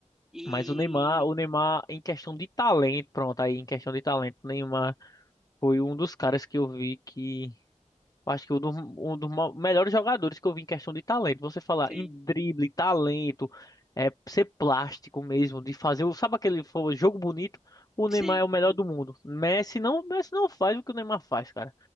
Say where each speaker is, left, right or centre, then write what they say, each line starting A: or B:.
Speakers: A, in the centre; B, on the left.
A: E,
B: Mas o Neymar, o Neymar, em questão de talento, pronto, aí em questão de talento, o Neymar foi um dos caras que eu vi que Eu acho que um dos, um dos ma- melhores jogadores que eu vi em questão de talento. Você falar
A: sim,
B: em drible, talento, é, ser plástico mesmo, de fazer, o- sabe aquele fo- jogo bonito? O
A: sim,
B: Neymar é o melhor do mundo. Messi não, Messi não faz o que o Neymar faz, cara.